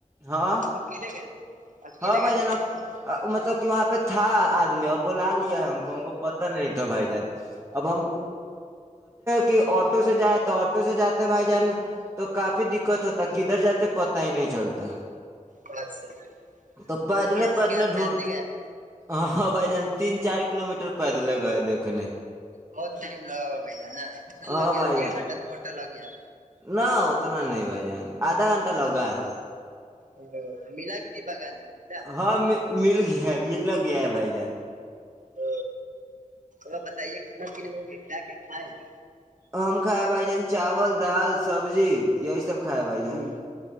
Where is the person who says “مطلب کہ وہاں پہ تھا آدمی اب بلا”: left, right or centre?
Right